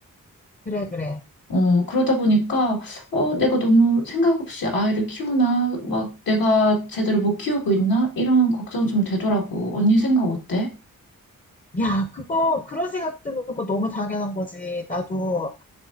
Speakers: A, on the left; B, on the left.
A: 그래, 그래.
B: 어, 그러다 보니까 어, 내가 너무 생각 없이 아이를 키우나 막 내가 제대로 못 키우고 있나 이런 걱정 좀 되더라고. 언니 생각 어때?
A: 야, 그거, 그런 생각 드는 거 너무 당연한 거지. 나도